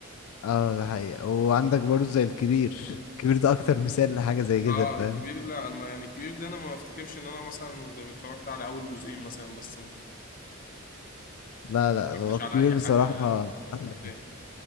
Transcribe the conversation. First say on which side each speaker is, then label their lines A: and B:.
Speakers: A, on the left (about 85°); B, on the left (about 40°).
A: اه ده حقيقة وعندك برضه زي الكبير الكبير ده اكتر مثال لحاجة زي كده
B: اه الكبير
A: فاهم
B: لا اما يعني الكبير ده انا ما افتكرش ان انا مثلا غير اتفرجت على اول جزئين مثلا بس ما
A: لا لا
B: اتفرجتش
A: هو الكبير
B: على اي
A: بصراحة
B: حاجه
A: <laughs>
B: تاني